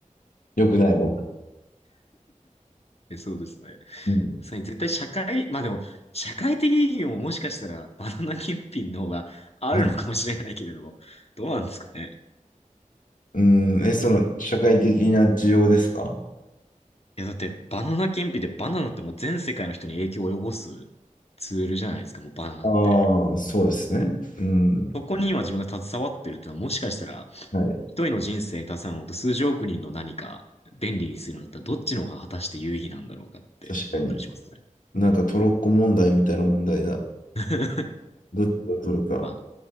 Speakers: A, on the left; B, on the left.
A: よくないなと。
B: え、そうですね。
A: うん。
B: そう絶対社会、まあでも、社会的意義ももしかしたらバナナ検品の方があるのかもしれないけれども、
A: うん、
B: どうなんですかね。
A: うんえ、その、社会的な需要ですか
B: いや、だってバナナ検品でバナナってもう全世界の人に影響を及ぼすツールじゃないですか、もうバナナって。
A: ああー、そうですね。うん。
B: そこに今自分が携わってるってのはもしかしたら
A: はい。
B: 一人の人生に携わるのと数十億人の何か便利にするのだったらどっちの方が果たして有意義なんだろうかって思ったりしますね。
A: 確かに。なんかトロッコ問題みたいな問題だ。
B: <laughs>
A: どっちが取るか。
B: まあ、